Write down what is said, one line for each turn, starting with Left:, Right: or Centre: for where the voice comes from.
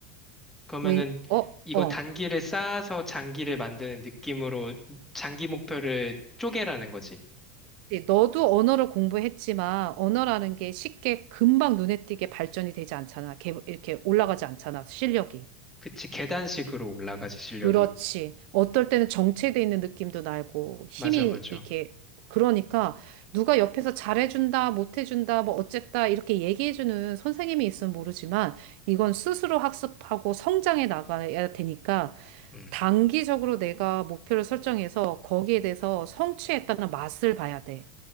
Centre: 그러면은
Right: 왜, 어,
Centre: 이거
Right: 어.
Centre: 단기를 쌓아서 장기를 만드는 느낌으로 장기 목표를 쪼개라는 거지.
Right: 이제 너도 언어를 공부했지만 언어라는 게 쉽게 금방 눈에 띄게 발전이 되지 않잖아. 개- 이렇게 올라가지 않잖아. 실력이.
Centre: 그치, 계단식으로 올라가지, 실력이.
Right: 그렇지. 어떨 때는 정체돼 있는 느낌도 나고 힘이
Centre: 맞아, 맞아.
Right: 이렇게 그러니까 누가 옆에서 잘해준다, 못해준다, 뭐 어쨌다 이렇게 얘기해주는 선생님이 있으면 모르지만 이건 스스로 학습하고 성장해 나가야 되니까
Centre: 음.
Right: 단기적으로 내가 목표를 설정해서 거기에 대해서 성취했다는 맛을 봐야 돼.